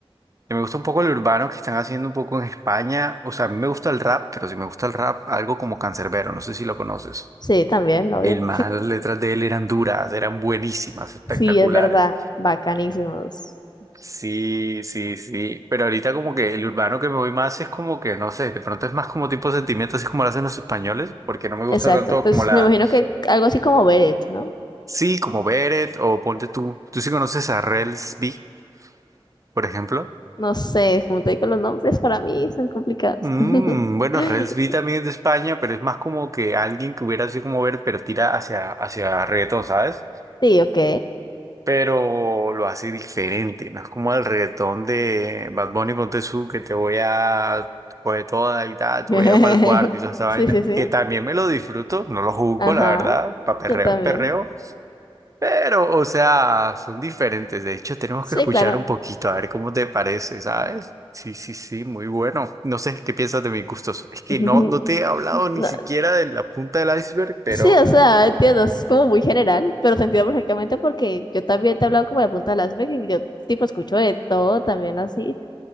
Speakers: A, on the right; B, on the left.
A: Y me gusta un poco el urbano que están haciendo un poco en España. O sea, a mí me gusta el rap, pero si me gusta el rap, algo como Cancerbero no sé si lo conoces.
B: Sí, también, obvio.
A: El man, las letras de él eran duras, eran buenísimas, espectaculares.
B: Sí, es verdad, bacanísimos.
A: Sí, sí, sí. Pero ahorita como que el urbano que me voy más es como que, no sé, de pronto es más como tipo sentimiento, así como lo hacen los españoles, porque no me gusta
B: Exacto,
A: tanto
B: pues
A: como la...
B: me imagino que algo así como Beret, ¿no?
A: Sí, como Beret o ponte tú. ¿Tú sí conoces a Rels B, por ejemplo?
B: No sé, como te digo, los nombres para mí son complicados.
A: Mm,
B: <laughs>
A: bueno, Rels B también es de España, pero es más como que alguien que hubiera así como Beret, pero tira hacia, hacia reggaetón, ¿sabes?
B: Sí, ok.
A: pero lo hace diferente. No es como el reggaetón de Bad Bunny con Tezú, que te voy a coger toda y tal, te
B: <laughs>
A: voy a para el cuarto y toda esa vaina,
B: Sí, sí, sí.
A: que también me lo disfruto, no lo juzgo,
B: Ajá,
A: la verdad, para perreo
B: yo también.
A: y perreo, pero, o sea, son diferentes. De hecho, tenemos
B: Sí,
A: que escuchar
B: claro.
A: un poquito, a ver cómo te parece, ¿sabes? Sí, sí, sí, muy bueno. No sé qué piensas de mis gustos. Es que
B: <laughs>
A: no, no te he hablado ni
B: No,
A: siquiera de la punta del iceberg, pero
B: Sí, o sea, entiendo, es como muy general, pero te entiendo perfectamente porque yo también te he hablado como de la punta de las vegas y yo tipo escucho de todo también así,